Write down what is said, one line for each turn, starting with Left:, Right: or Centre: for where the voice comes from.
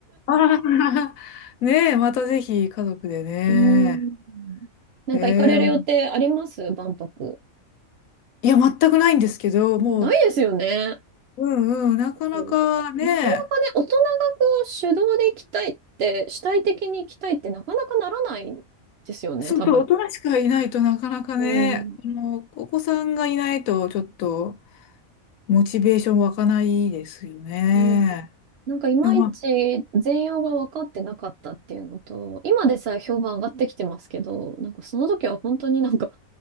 Left: ああ、<laughs> ねえ、またぜひ家族でね。
Right: うーん。なんか行かれる予定あります万博。
Left: ええ、いや、全くないんですけど、もう、
Right: ないですよね。
Left: うんうん、なかなかね、
Right: うんなかなかね、大人がこう主導で行きたいって、主体的に行きたいってなかなかならないんですよね、
Left: そうそう、
Right: 多分。
Left: 大人しかいないとなかなかね、
Right: うん。
Left: この、お子さんがいないと、ちょっと、モチベーション湧かないですよね。
Right: うんなんかいまいち全容が分かってなかったっていうのと、
Left: でも、まあ、
Right: 今でさえ評判上がってきてますけど、なんかその時は本当になんか、